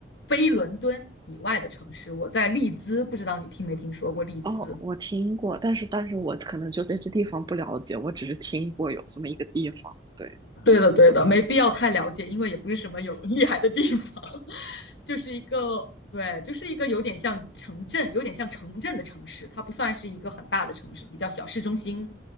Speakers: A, on the left; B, on the right.
A: 非伦敦以外的城市，我在利兹，不知道你听没听说过利兹？
B: 哦，我听过，但是但是我可能就对这地方不了解，我只是听过有这么一个地方。对，
A: 对的，对的，没必要太了解，因为也不是什么有厉害的地方，<laughs> 就是一个，对，就是一个有点像城镇，有点像城镇的城市，它不算是一个很大的城市，比较小市中心，